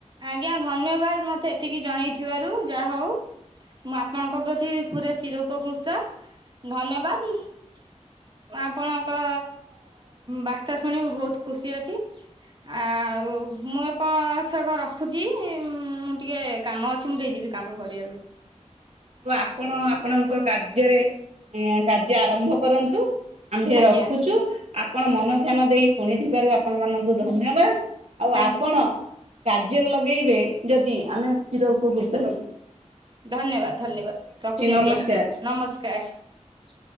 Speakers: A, on the right (about 40°); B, on the right (about 60°).
A: ଆଜ୍ଞା ଧନ୍ୟବାଦ ମତେ ଏତିକି ଜଣେଇଥିବାରୁ । ଯାହାହଉ ମୁଁ ଆପଣଙ୍କ ପ୍ରତି ପୁରା ଚିର ଉପକୃତ ଧନ୍ୟବାଦ । ଆପଣଙ୍କ ବାର୍ତ୍ତା ଶୁଣି ମୁଁ ବହୁତ ଖୁସି ଅଛି । ଆଉ ମୁଁ ଏପଥରକ ରଖ ରଖୁଛି ଉମ୍- ମୁଁ ଟିକେ କାମ ଅଛି ମୁଁ ଟିକେ ଯିବି କାମ କରିବାକୁ ।
B: ତ ଆପଣ ଆପଣଙ୍କ କାର୍ଯ୍ୟରେ କାର୍ଯ୍ୟ ଆରମ୍ଭ କରନ୍ତୁ । ଆମ୍ଭେ
A: ଆଜ୍ଞା
B: ରଖୁଛୁ ଆପଣ ମନ ଧ୍ୟାନ ଦେଇ ଶୁଣିଥିବାରୁ ଆପଣ ମାନଙ୍କୁ ଧନ୍ୟବାଦ । ଆଉ
A: ଥ୍ୟାଙ୍କ
B: ଆପଣ କାର୍ଯ୍ୟରେ ଲଗେଇବେ ଯଦି ଆମେ ଚିର ଉପକୃତ ହେବୁ ।
A: ଧନ୍ୟବାଦ । ଧନ୍ୟବାଦ ରଖୁଛି ଆଜ୍ଞା
B: ନମସ୍କାର।
A: ନମସ୍କାର ।